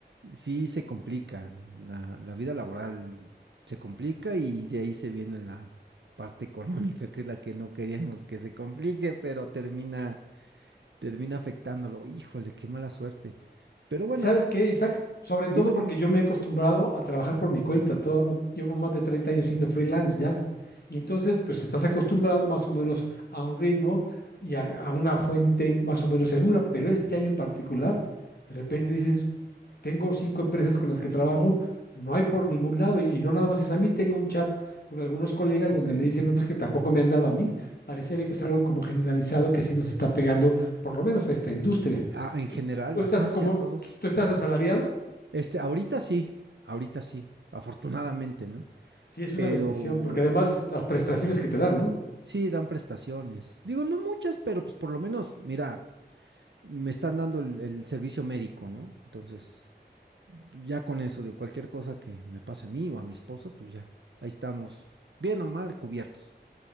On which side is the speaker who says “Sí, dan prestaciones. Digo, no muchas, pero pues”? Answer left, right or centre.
Right